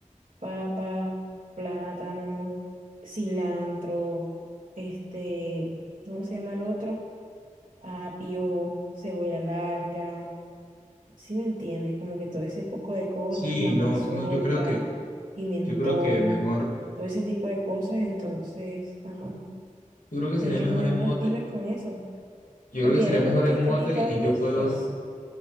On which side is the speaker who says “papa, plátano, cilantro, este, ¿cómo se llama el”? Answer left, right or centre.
Right